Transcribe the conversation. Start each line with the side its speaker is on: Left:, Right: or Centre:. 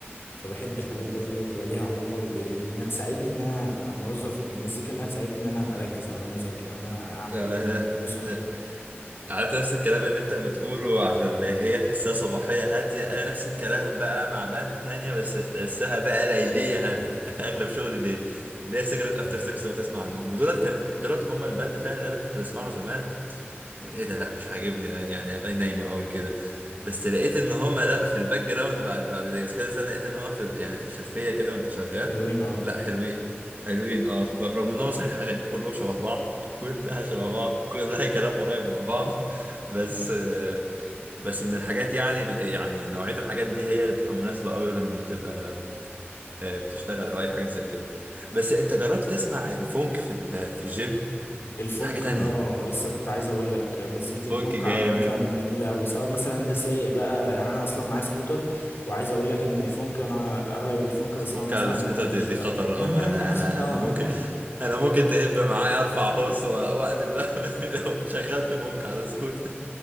Left: فبحب الحاجات
Right: بالظبط
Left: برضو اللي بتبقى ليها علاقة بالايه بانها تساعدني ان انا اوظف المزيكا انها تساعدني ان انا اركز او ان انا اذاكر او ان انا اعمل
Right: لا لا
Left: اعمله صح
Right: لا عارف نفس الكلام اللي انت بتقوله على اللي هي تحسها صباحية هادية انا نفس الكلام بقى مع باند تانية بس تحسها بقى ليلية هادية <laughs> انا اغلب شغلي ليل ليه سيجرت افتر
Left: آه،
Right: 6 لو تسمع عنهم ودولت كان دولت هم الباند
Left: ف-
Right: فعلا اللي انا كنت بسمعه زمان ايه ده لا مش عاجبني يعني اغاني نايمه قوي كده بس لقيت ان هما لا في الباك جراوند بعد بعد كذا سنه لقيت ان هو في ال- يعني في الخلفيه كده وانت شغال
Left: حلوين قوي
Right: لا حلوين حلوين اه خفاف رغم ان هو صحيح اغانيهم كلهم شبه بعض كلها شبه بعض كلها كلام قريب من بعض <laughs> بس آه، بس من الحاجات يعني ال- يعني نوعية الحاجات دي هي اللي بتبقى مناسبة قوي لما بتبقى آه، بتشتغل او اي حاجة زي كده بس انت جربت تسمع الفونك في ال- في الجيم
Left: الفونك
Right: حاجة تانية
Left: م- اه لسه كنت عايز اقول لك مزيكة الفونك
Right: فونك جامد
Left: عامة جميلة قوي سواء مثلا انت سايق بقى يعني انا اصلا معايا سكوتر وعايز اقول لك ان الفونك انا اغلب الفونك بسمعه
Right: فك
Left: مثلا
Right: على الاسكوتة
Left: وانا ماشي
Right: دي, دي
Left: بقى
Right: خطر
Left: <laughs>
Right: أوي أنا أنا
Left: اه
Right: أنا ممكن أنا ممكن تهب معايا أرفع
Left: كتير.
Right: هورس وأ- وأقلب لو, <laughs> لو شغلت فونك على السكوت